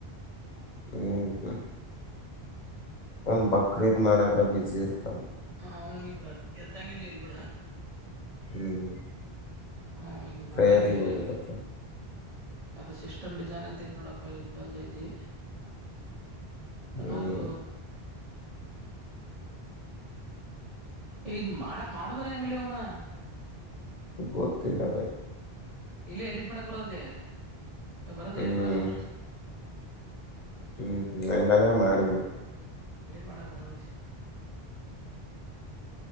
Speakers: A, on the left; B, on the right.
A: <unintelligible> ಒಂದ ಬಕ್ರೀದ್ ಮಾಡದ್ರಗ ಬಿಜಿ ಇರ್ತನ.
B: ಹ ಈಗ ಎತ್ತಂಗನ ಇಲ್ಬಿಡ.
A: ಹ್ಮ್.
B: ಹಾ ಈಗ
A: ಪ್ರೇಯರಿಗೆ
B: ನೋಡಾಂಗನು ಇಲ್ಲ್.
A: ಹೋಗಿರತ್ತ
B: ಅದು ಸಿಸ್ಟಮ್ ಡಿಸೈನ್ ಅಂತ ಐತಿ ನೋಡಪ ಇಲ್ಲೊಂದ ಐತಿ.
A: ಹ್ಮ್
B: ನಾಗು, ಇನ್ ಮಾಡ ಮಾಡುದ್ರ ಹೆಂಗಲಿ ಇವ್ನ.
A: ಗೊತ್ತಿಲ್ಲ ಬೈ.
B: ಇಲ್ಲ ಎಡಿಟ್ ಮಾಡಕ್ ಬರದೇ. ಬರತ್ತತಿ
A: ಹ್ಮ್
B: ಎಡಿಟ ಮಾಡಕ್ ಬರತಿ.
A: ಹ್ಮ್ ಹ್ಮ್ ಹಂಗಾದ್ರೆ ಮಾಡಿಬಿಡು.
B: ಎಡಿಟ್ ಮಾಡಕ್ ಬರ್ತಿತಿ.